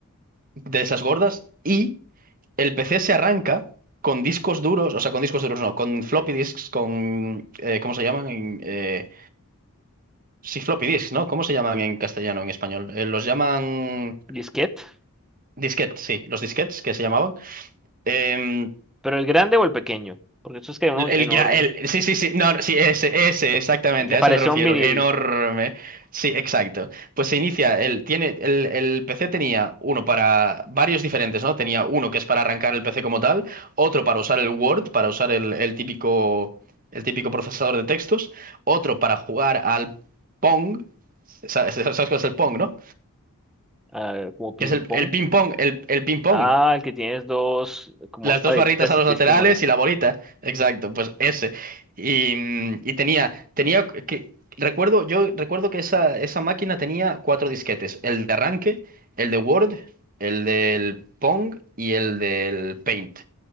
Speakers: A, on the right; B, in the centre.
A: de esas gordas y el P C se arranca con discos duros, o sea, con discos duros no, con floppy disks, con... eh, ¿cómo se llaman? en, eh, sí, floppy disks, ¿no? ¿Cómo se llaman en castellano, en español? Eh, los llaman
B: Disquete,
A: disquetes, sí, los disquetes que se llamaban. Em,
B: pero el grande o el pequeño, porque eso es que hay uno
A: El,
B: enorme,
A: gra- el- sí, sí, sí, no, no, sí, ese, ese, exactamente,
B: el que
A: a
B: parece
A: ese me refiero,
B: un vinil,
A: enorme, sí, exacto. Pues se inicia, el, tiene, el, el PC tenía uno para varios diferentes, ¿no? Tenía uno que es para arrancar el PC como tal, otro para usar el Word, para usar el, el típico, el típico procesador de textos, otro para jugar al Pong, sa- sa- ¿sabes cuál es el Pong, no?
B: ah, como ping
A: Que es el,
B: pong.
A: el ping pong, el, el ping pong.
B: Ah, el que tienes dos, como
A: Las
B: dos paletitas
A: dos barritas a los
B: y tienes
A: laterales
B: que mover.
A: y la bolita. Exacto, pues ese. Y, mm, y tenía, tenía que, recuerdo, yo recuerdo que esa, esa máquina tenía cuatro disquetes. El de arranque, el de Word, el del Pong y el del Paint,